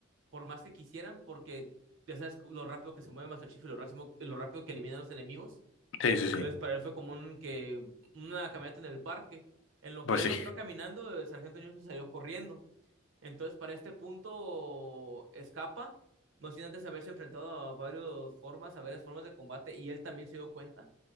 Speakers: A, on the right; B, on the left.
A: por más que quisieran, porque ya sabes lo rápido que se mueve Master Chief y lo rápido, lo rápido que elimina a los enemigos.
B: Sí, sí, sí.
A: Entonces, para él fue como un que una caminata en el parque. En lo
B: Pues
A: que él
B: sí.
A: entró caminando, el sargento Johnson salió corriendo. Entonces, para este punto, escapa, no sin antes haberse enfrentado a varias formas, a varias formas de combate, y él también se dio cuenta